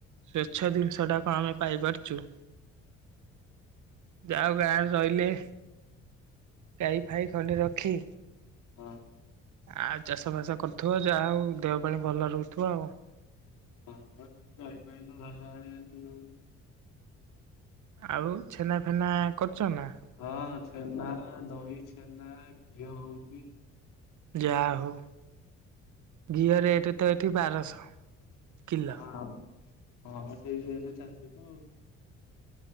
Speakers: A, on the right (about 60°); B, on the left (about 70°).
A: ସ୍ଵଚ୍ଛ ଜିନିଷ ଟାକୁ ଆମେ ପାଇପାରୁଛୁ। ଯାାଉ ଗାଁରେ ରହିଲେ ଗାଈ ଫାଇ ଖଣ୍ଡେ ରଖି।
B: ହଁ।
A: ଆଉ ଚାଷ ଫାସ କରୁଥିବ। ଯାହା ହଉ ଦେହ ପାଇଁ ଭଲ ରହୁଥିବ ଆଉ।
B: <unintelligible>
A: ଆଉ ଛେନା ଫେନା କରୁଚ ନା?
B: ହଁ ଛେନା ଦହି ଛେନା ଘିଅ ହଉଛି।
A: ଯାହା ହଉ ଘିଅ ରେଟ୍ ତ ଏଠି ବାରଶହ କିଲୋ।
B: ଆଉ ହଁ ସେଇ ଜଣେ ଚାଷ ତ ଆଉ।